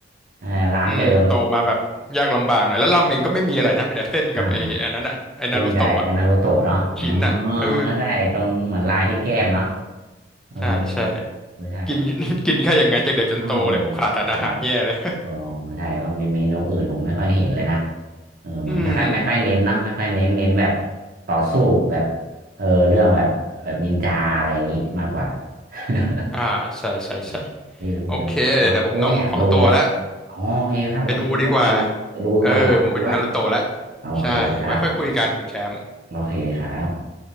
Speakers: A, on the right; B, in the centre.
A: เออร้านเดิม
B: อืมโตมาแบบยากลำบากหน่อยแล้วราเมงก็ไม่มีอะไรนะมีแต่เส้นกับไอ้อันนั้นอ่ะไอ้นารูโตะอะ
A: อ่าเส้นกับไอ้นารูโตะเนาะอ๋อ
B: ลูกชิ้นอ่ะเออ
A: ไม่ใช่ไอ้ตรงเหมือนลายที่แก้มเนาะเออ
B: ใช่ใช่
A: ไม่ใช่
B: กิน <laughs> กินแค่อย่างนั้นจากเด็กจนโตเลยโอ้ขาดสารอาหารแย่เลย
A: อ๋อโอ้โอ้ใช่ว่ามีเมนูอื่นผมไม่ค่อยเห็นเลยนะ
B: <laughs>
A: เออเหมือนไม่ค่อยไม่ค่อยเน้นเนาะไม่ค่อยเน้นเน้นแบบ
B: อืม
A: ต่อสู้แบบเออเรื่องแบบแบบนินจาอะไรอย่างงี้มากกว่า <laughs>
B: อ่าใช่ใช่ใช่
A: อืมนี่พูดแล้วเนาะพูดแล้วอยากดูเลย
B: โอเคเดี๋ยวเดี๋ยวผมต้องขอตัวแล้ว
A: อ๋อโอเคครับโอเคครับคุณติวไปดูดีกว่าอยากดูอะ
B: ไปดูดีกว่าเออผมไปดูนารูโตะแล้ว
A: โอเคครับ
B: ใช่ไว้ค่อยคุยกันคุณแชมป์
A: โอเคครับ